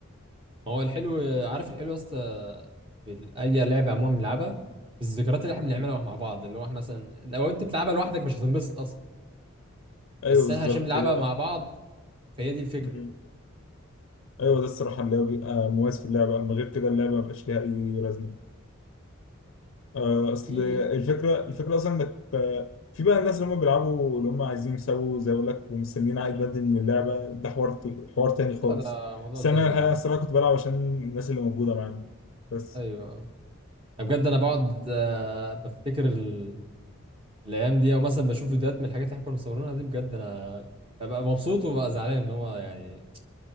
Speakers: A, on the right; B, on the left.
A: ما هو الحلو عارف الحلو يا اسطى في ال- اي لعبه عموما بنلعبها في الذكريات اللي احنا
B: مم.
A: بنعملها مع بعض اللي هو احنا مثلا لو انت بتلعبها لوحدك مش هتنبسط اصلا
B: ايوه
A: بس
B: بالظبط
A: احنا عشان بنلعبها
B: هي
A: مع بعض فهي دي الفكره
B: مم. ايوه ده الصراحه اللي هو بيبقى مميز في اللعبه اما غير كده اللعبه ما بقاش ليها اي لازمه آه، اصل
A: في
B: الفكره الفكره اصلا انك آه، في بقى الناس اللي هم بيلعبوا اللي هم عايزين يسووا زي اقول لك ومستنيين عائد مادي من اللعبه ده حوار حوار تاني خالص
A: لا ده موضوع
B: بس
A: تاني
B: انا الحقيقه
A: ده
B: الصراحه كنت بلعب عشان الناس اللي موجوده معانا بس
A: ايوه أنا بجد انا بقعد آه، بفتكر ال... الايام دي او مثلا بشوف فيديوهات من الحاجات اللي احنا كنا مصورينها دي بجد انا ببقى مبسوط وببقى زعلان اللي هو يعني